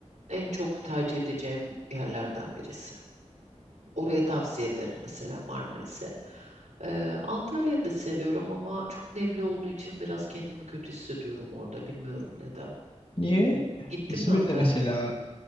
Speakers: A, on the right; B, on the left.
A: en çok tercih edeceğim yerlerden birisi. Oraya tavsiye ederim mesela Marmaris'e. Ee, Antalya'yı da seviyorum ama çok nemli olduğu için biraz kendimi kötü hissediyorum orada. Bilmiyorum neden.
B: Niye?
A: Git- Gittin
B: İzmir'de
A: mi Antalya?
B: mesela